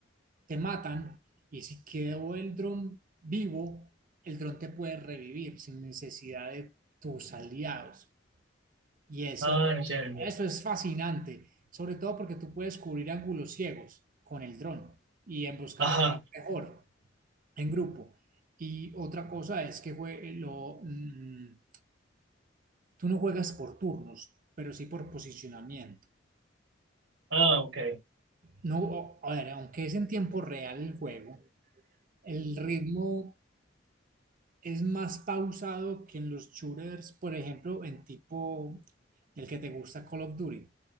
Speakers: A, on the right (about 45°); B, on the right (about 65°).
A: te matan, y si quedó el dron vivo, el dron te puede revivir sin necesidad de tus aliados. Y eso,
B: Ah, entiendo.
A: eso es fascinante, sobre todo porque tú puedes cubrir ángulos ciegos con el dron y en buscar
B: Ajá.
A: algo mejor en grupo. Y otra cosa es que jue- lo, mm, tú no juegas por turnos, pero sí por posicionamiento.
B: Ah, ok.
A: No, a ver, aunque es en tiempo real el juego, el ritmo es más pausado que en los shooters, por ejemplo, en tipo el que te gusta Call of Duty,